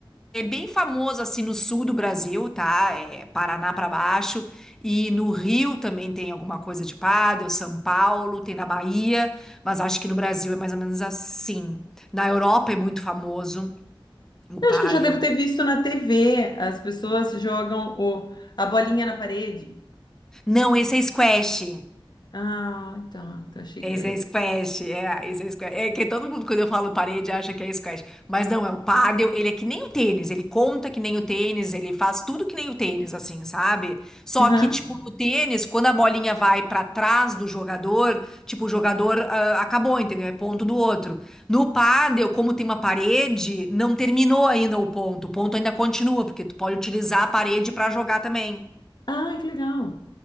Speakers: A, in the centre; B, on the left.
A: É bem famoso, assim, no sul do Brasil, tá? É Paraná pra baixo. E no Rio também tem alguma coisa de pádel, São Paulo, tem na Bahia. Mas acho que no Brasil é mais ou menos assim. Na Europa é muito famoso o pádel.
B: acho que eu já devo ter visto na TV. As pessoas jogam o, a bolinha na parede.
A: Não, esse é squash.
B: Ah, tá. Então achei
A: Esse
B: que era isso.
A: é squash, é, esse é squash. É que todo mundo, quando eu falo parede, acha que é squash. Mas não, é o pádel, ele é que nem o tênis, ele conta que nem o tênis, ele faz tudo que nem o tênis, assim, sabe? Só
B: Aham.
A: que, tipo, no tênis, quando a bolinha vai pra trás do jogador, tipo, o jogador ah, acabou, entendeu? É ponto do outro. No pádel, como tem uma parede, não terminou ainda o ponto, o ponto ainda continua, porque tu pode utilizar a parede pra jogar também.
B: Ah, que legal.